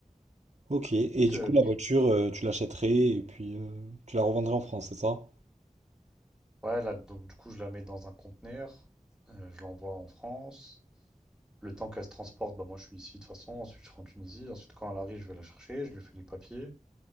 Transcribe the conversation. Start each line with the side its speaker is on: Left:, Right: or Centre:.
Right: Ok, et du
Centre: Euh,
Right: coup la voiture, euh, tu l'achèterais et puis euh, tu la revendrais en France, c'est ça?
Centre: ouais, là, donc du coup, je la mets dans un conteneur, euh, je l'envoie en France. Le temps qu'elle se transporte, bah moi je suis ici de toute façon, ensuite je rentre en Tunisie, ensuite quand elle arrive, je vais la chercher, je lui fais les papiers,